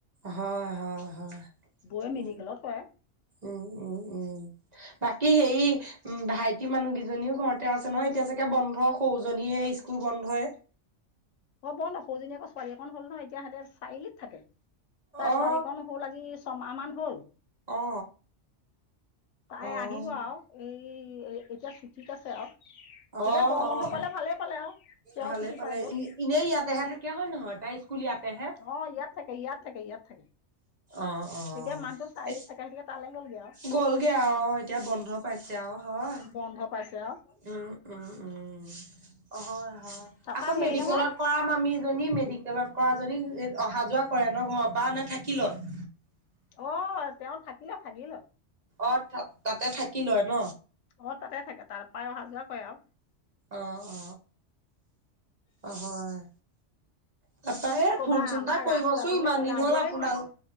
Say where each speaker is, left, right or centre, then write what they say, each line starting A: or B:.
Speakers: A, on the right (about 40°); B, on the left (about 80°).
A: হয় হয় হয়
B: বৌয়ে মেডিকেলত
A: উ
B: কৰে
A: উম উম উম। বাকি সেই। উম ভাইটি মানুহ কেইজনীও ঘৰতে আছে নহয় এতিয়া চাগে বন্ধ সৰুজনীহে স্কুল বন্ধই।
B: অ বন্ধ সৰুজনি আকৌ ছোৱালী অকন হ'ল নহয় এতিয়া সিঁহতে চাৰিআলিত থাকে। তাৰ
A: অ
B: ছোৱালীকন হ'ল আজি ছমাহ মান হ'ল।
A: অ
B: তাই
A: অ
B: আহিব আৰু এই। এতিয়া ছুটিত আছে আৰু তেতিয়া
A: অ
B: গৰম
A: অ অ
B: বন্ধ পালে ভালেই পালে আৰু সি
A: ভালে
B: আও ছুটি
A: পালে
B: পাই গ'ল।
A: এনেই ইয়াতেহে থাকে হয় নহয় তাই স্কুল ইয়াতেহে।
B: অ ইয়াত থাকে ইয়াত থাকে ইয়াত থাকে।
A: অ অ
B: এতিয়া মানুহটো চাৰিআলিত
A: এত
B: থাকে গতিকে তালৈ গ'লগৈ আৰু
A: গ'লগে আও। এতিয়া বন্ধ পাইছে আৰু হয়।
B: বন্ধ পাইছে আও।
A: উম উম উম হয় হয়
B: তাৰপৰা
A: আকৌ
B: হেৰি
A: মেডিকেলত।
B: নহয়
A: কৰা মামিজনী মেডিকেলত কৰা জনি অহা যোৱা কৰে ন ঘৰৰ পৰা নে থাকি লয়।
B: অ তেওঁ থাকিলে থাকিলে।
A: অ তাতে থাকি লয় ন।
B: অ তাতে থাকে তাৰ পায় অহা যোৱা কৰে আৰু।
A: অ অ অ হয়। তাৰ পা
B: কি
A: এই
B: ক'বা
A: ফোন চোন
B: আমাৰ
A: এটা কৰিবচোন
B: ৰাস্তাটোলৈ
A: ইমান
B: ওলাবই
A: দিন হ'ল আপোনালোক।
B: নোৱাৰি